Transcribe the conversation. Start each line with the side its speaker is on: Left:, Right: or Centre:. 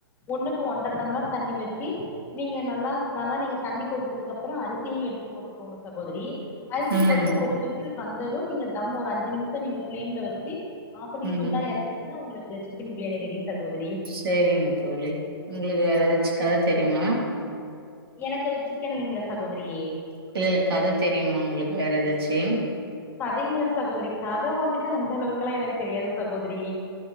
Left: ஒன்னுக்கு ஒன்ற டம்ளர் தண்ணி வச்சி நீங்க நல்லா நல்லா நீங்க தண்ணி கொதிச்சதுக்கப்புறோ அரிசியு எடுத்து கோங்க சகோதரி அரிசி
Right: ம்
Left: போட்டுட்டு ஒரு விசில் வந்ததூ நீங்க தம் ஒரு அஞ்சு நிம்ஷோ நீங்க ஃபிளேம்ல வச் சி ஆஃப் பண்ணி சூடா
Right: ம்
Left: எறக்குனீங்னா ஒங்ளுக்கு சிக்கன் பிரியாணி ரெடி சகோதரி
Right: செரிங்க தோழி உங்ளுக்கு வேற
Left: ஆ
Right: எதாச்சு கத தெரிமா
Left: எனக்கு அது சிக்கன்லிங்ளா சகோதரி
Right: இல்லல்ல கத தெரியுமா உங்களுக்கு வேற எதாச்சு
Left: கதைங்ளா சகோதரி கத வந்துட்டு அந்த அளவுக்கலா எனக்கு தெரியாது சகோதரி